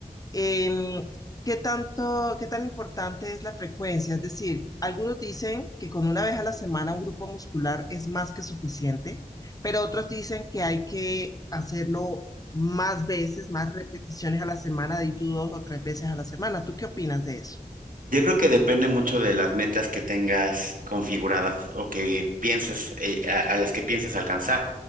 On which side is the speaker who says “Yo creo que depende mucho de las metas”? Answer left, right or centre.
Right